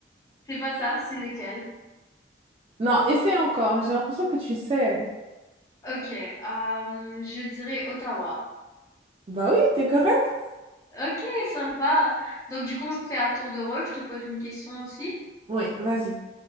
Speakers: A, on the left; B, on the right.
A: C'est pas ça, c'est lequel?
B: Non, essaie encore. J'ai l'impression que tu sais.
A: OK, hem, je dirais Ottawa.
B: Bah oui, t'es correct.
A: OK, sympa. Donc du coup, on fait à tour de rôle, je te pose une question aussi?
B: Oui, vas-y.